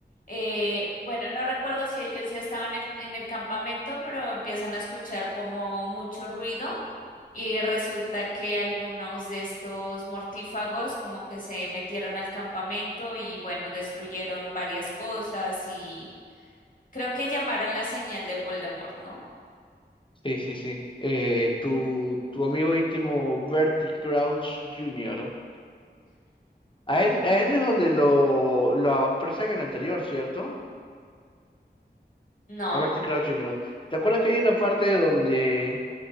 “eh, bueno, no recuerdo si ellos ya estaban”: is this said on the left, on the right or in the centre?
Left